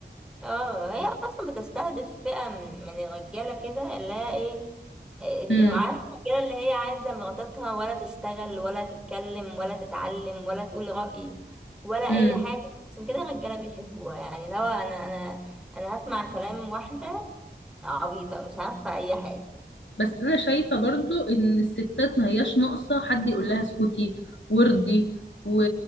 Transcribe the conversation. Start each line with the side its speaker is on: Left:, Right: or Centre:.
Centre: اه هي اصلا بتستهدف فئة من من الرجالة كده اللي هي ايه إيه،
Left: امم
Centre: عارفة الرجالة اللي هي عايزة مراتها ولا تشتغل ولا تتكلم ولا تتعلم ولا تقول رأي ولا
Left: امم.
Centre: أي حاجة عشان كده الرجالة بيحبوها يعني لو أنا أنا أنا هسمع كلام واحدة عبيطة مش عارفة أي حاجة
Left: بس انا شايفه برضو ان الستات ما هياش ناقصه حد يقول لها اسكتي وردي و...